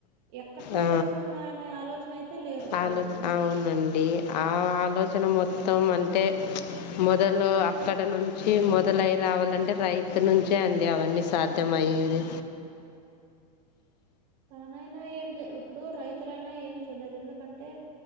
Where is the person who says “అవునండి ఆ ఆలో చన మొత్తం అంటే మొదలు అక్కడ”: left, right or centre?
Left